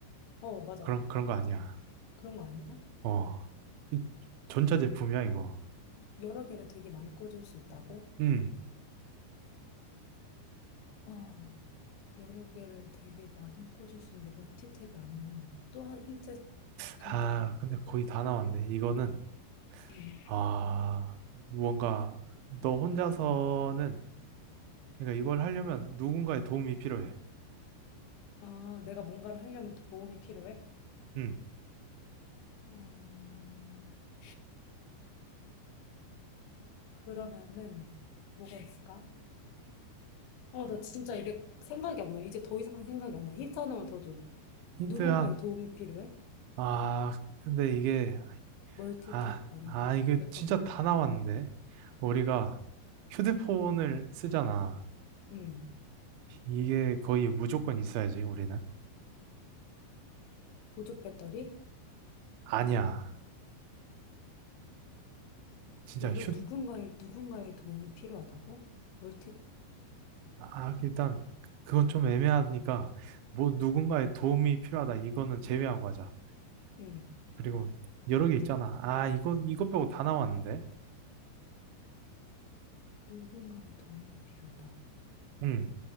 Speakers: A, on the left (about 80°); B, on the right (about 80°).
A: 어, 맞아.
B: 그런, 그런 거 아니야.
A: 그런 거 아니야?
B: 어. 이 전자제품이야, 이거.
A: 여러 개를 되게 많이 꽂을 수 있다고?
B: 음.
A: 아, 여러 개를 되게 많이 꽂을 수 있는 게 멀티탭이 아니면 또 한 힌트 간단하게.
B: 아, 근데 거의 다 나왔네. 이거는,
A: 음.
B: 아, 뭔가, 너 혼자서는, 그러니까 이걸 하려면 누군가의 도움이 필요해.
A: 아, 내가 뭔가를 하려면 도움이 필요해?
B: 음.
A: 음. 그러면은 뭐가 있을까? 어, 나 진짜 이게 생각이 안 나. 이제 더 이상 생각이 안 나. 힌트 하나만 더 줘.
B: 힌트
A: 누군가의
B: 한,
A: 도움이 필요해?
B: 아, 근데 이게,
A: 멀티테이프
B: 아,
A: 아니고
B: 아, 이게
A: 약간
B: 진짜 다 나왔는데. 우리가 휴대폰을 쓰잖아.
A: 음
B: 이게 거의 무조건 있어야지, 우리는.
A: 보조 배터리?
B: 아니야. 진짜
A: 여러
B: 휴,
A: 누군가의 누군가의 도움이 필요하다고? 멀티
B: 아, 일단, 그건 좀 애매하니까, 뭐, 누군가의 도움이 필요하다. 이거는 제외하고 하자.
A: 음음음
B: 그리고 여러 개 있잖아. 아, 이거, 이거 빼고 다 나왔는데.
A: 누군가의 도움이 필요하다.
B: 응.